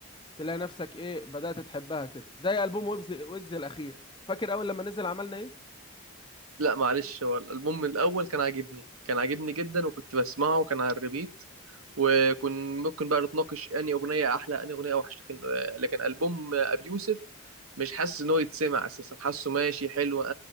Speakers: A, on the left; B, on the right.
A: تلاقي نفسك ايه بدأت تحبها كده زي ألبوم ويجز ويجز الأخير فاكر أول لما نزل عملنا ايه
B: لا معلش هو الالبوم الاول كان عاجبني كان عاجبني جدا وكنت بسمعه وكان على الريبيت وكن ممكن بقى نتناقش اني اغنيه احلى اني اغنيه اوحش لكن آه، لكن البوم ابي يوسف مش حاسس ان هو يتسمع اساسا حاسه ماشي حلو آه